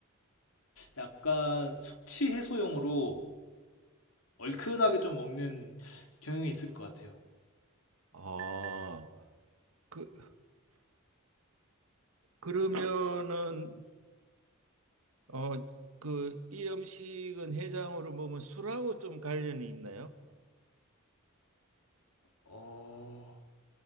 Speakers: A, on the left (about 75°); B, on the right (about 80°).
A: 약간 숙취 해소용으로 얼큰하게 좀 먹는 경향이 있을 것 같아요.
B: 아, 그 그러면은 어, 그, 이 음식은 해장으로 먹으면 술하고 좀 관련이 있나요?
A: 어,